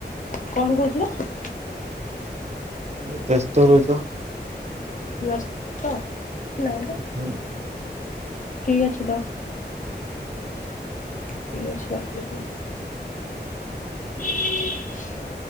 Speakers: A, on the left (about 45°); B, on the right (about 40°).
A: କଣ କହୁଥିଲ?
B: ମୁଁ କହିଲି ବ୍ୟସ୍ତ ରହୁଛ।
A: ବ୍ୟସ୍ତ ନା
B: ହୁଁ।
A: ଫ୍ରି ଅଛି ପା। ଫ୍ରି ଅଛି ପା କୁହ କଣ? <inaudible>